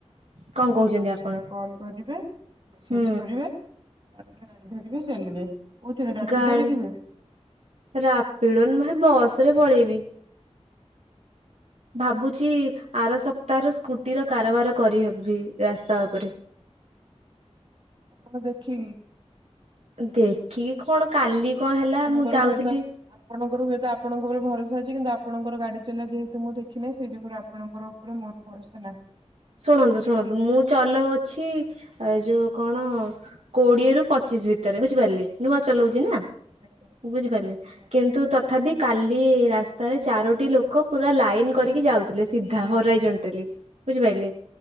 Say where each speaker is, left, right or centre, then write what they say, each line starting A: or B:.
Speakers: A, on the right (about 70°); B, on the right (about 45°).
A: କଣ କହୁଛନ୍ତି
B: ହଁ
A: ଆପଣ?
B: ସେଇଆ କଲ କରିବେ ମେସେଜ
A: ହୁଁ
B: କରିବେ ତାପରେ ଗାଡି ଧରିବେ ଚାଲିବେ। କୋଉଥିରେ ରାପିଡୋରେ
A: ଗାଡି
B: ଯିବେ
A: ରାପିଡ ନୁହଁ ବସରେ ପଳେଇବି। ଭାବୁଛି ଆର ସପ୍ତାହର ସ୍କୁଟିର କାରବାର କରିହେବି ରାସ୍ତା ଉପରେ।
B: ହଁ ଦେଖିନି।
A: ଦେଖିକି କଣ କାଲି କଣ ହେଲା
B: ଆପଣଙ୍କର
A: ମୁଁ ଯାଉଥିଲି
B: ହୁଏତ ଆପଣଙ୍କର ହୁଏତ ଆପଣଙ୍କ ଉପରେ ଭରସା ଅଛି କିନ୍ତୁ ଆପଣଙ୍କର ଗାଡି ଚଲା ଯେହେତୁ ମୁଁ ଦେଖିନହିଁ ସେଇ ଯୁଗରୁ ଆପଣଙ୍କର ଉପ ମୋତ ଭରସା ନାହିଁ
A: ଶୁଣନ୍ତୁ
B: ଦେଖିକି
A: ଶୁଣନ୍ତୁ ମୁଁ ଚଲଉ ଛି ଯୋଉ କଣ କୋଡିଏ ରୁ ପଚିଶ ଭିତରେ ବୁଝିପାରିଲେ ନୂଆ ଚଲାଉଛି ନା।
B: ଆଜ୍ଞା
A: ବୁଝିପାରିଲେ
B: ଆଜ୍ଞା
A: କିନ୍ତୁ ତଥାପି କାଲି ରାସ୍ତାରେ ଚାରୋଟି ଲୋକ ପୁରା ଲାଇନ କରିକି ଯାଉଥିଲେ ସିଧା ହରାଇ ଜଣ୍ଟଲି। ବୁଝିପାରିଲେ